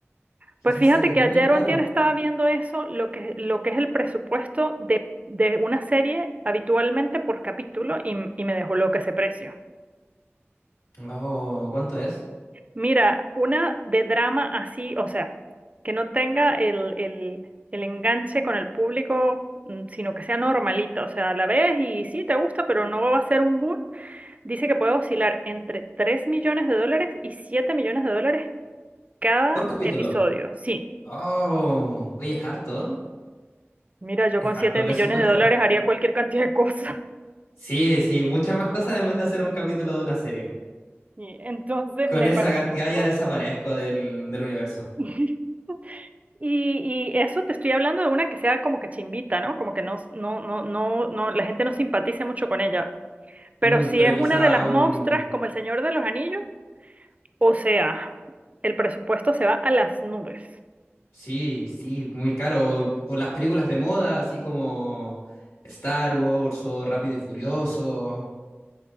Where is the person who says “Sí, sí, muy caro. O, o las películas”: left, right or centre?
Left